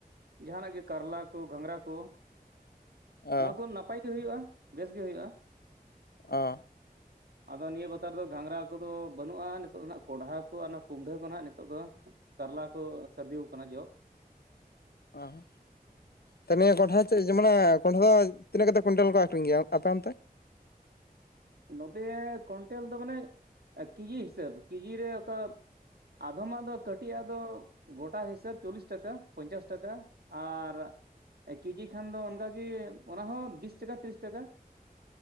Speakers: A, on the right; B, on the left.
A: ᱡᱟᱦᱟᱸᱱᱟᱜ ᱜᱮ ᱠᱟᱨᱞᱟ ᱠᱚ ᱜᱷᱟᱸᱜᱽᱨᱟ ᱠᱚ
B: ᱚ
A: ᱱᱚᱣᱟ ᱠᱚ ᱱᱟᱯᱟᱭ ᱜᱮ ᱦᱩᱭᱩᱜᱼᱟ ᱵᱮᱥ ᱜᱮ ᱦᱩᱭᱩᱜᱼᱟ
B: ᱚ
A: ᱟᱫᱚ ᱱᱤᱭᱟᱹ ᱵᱟᱛᱟᱨ ᱫᱚ ᱜᱷᱟᱸᱜᱽᱨᱟ ᱠᱚᱫᱚ ᱵᱟᱹᱱᱩᱜ ᱟᱱ ᱱᱤᱛᱚᱜ ᱫᱚ ᱱᱟᱜ ᱠᱚᱸᱰᱷᱟ ᱠᱚ ᱟᱨ ᱚᱱᱟ ᱠᱩᱢᱰᱟᱹ ᱠᱚᱦᱱᱟᱜ ᱱᱤᱛᱚᱜ ᱫᱚ ᱠᱟᱨᱞᱟ ᱠᱚ ᱥᱟᱨᱫᱤ ᱟᱠᱟᱱᱟ ᱡᱚᱜᱽ
B: ᱟᱨ ᱛᱟᱦᱞᱮ ᱱᱤᱭᱟᱹ ᱠᱚᱸᱰᱷᱟ ᱪᱮᱫ ᱡᱮ ᱠᱚᱸᱰᱷᱟ ᱫᱚ ᱛᱤᱱᱟᱹᱜ ᱠᱟᱛᱮ ᱠᱩᱭᱱᱴᱟᱞ ᱠᱚ ᱟᱹᱠᱷᱨᱤᱧ ᱜᱮᱭᱟ ᱟᱯᱮ ᱚᱱᱛᱮ
A: ᱱᱚᱛᱮ ᱠᱚᱱᱴᱮᱞ ᱫᱚ ᱢᱟᱱᱮ ᱠᱮᱡᱤ ᱦᱤᱥᱟᱹᱵ ᱠᱮᱡᱤ ᱨᱮ ᱚᱠᱟ ᱟᱫᱚᱢᱟᱜ ᱫᱚ ᱠᱟᱹᱴᱤᱡ ᱟᱜ ᱫᱚ ᱜᱚᱴᱟ ᱦᱤᱥᱟᱹᱵ ᱪᱚᱞᱞᱤᱥ ᱴᱟᱠᱟ ᱯᱚᱧᱪᱟᱥ ᱴᱟᱠᱟ ᱟᱨ ᱮ ᱠᱮᱡᱤ ᱠᱷᱟᱱ ᱫᱚ ᱚᱱᱠᱟᱜ ᱜᱮ ᱚᱱᱟ ᱦᱚᱸ ᱵᱤᱥ ᱴᱟᱠᱟ ᱛᱤᱨᱤᱥ ᱴᱟᱠᱟ